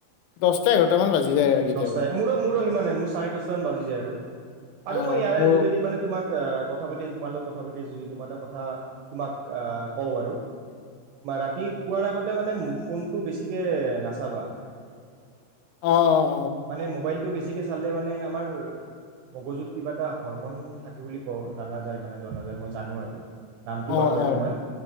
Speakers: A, on the left (about 85°); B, on the right (about 80°).
A: দহটা এঘাৰ মান বাজি যায় আৰু কেতিয়াবা
B: দছটাই মোৰো মোৰো সিমান মোৰ চাৰে দছটা মান বাজি যায়
A: অ
B: আৰু মই ইয়াৰে
A: মোৰ
B: যোগেদি মানে তোমাক <unintelligible> তোমাৰ লগ কথা পাতি আছো যি তোমাৰ এটা কথা তোমাক কওঁ আৰু ৰাতি শোৱাৰ আগতে মানে ফোনটো বেছিকে নাচাবা।
A: অ অ
B: মানে মোবাইল টো বেছিকে চালে মানে আমাৰ মগজুত কিবা এটা হৰমন থাকে বুলি ক জনা যায় মানে জনা যায় মই জানো আৰু নামটো
A: অ অ
B: পাহৰিলোঁ
A: অ
B: মই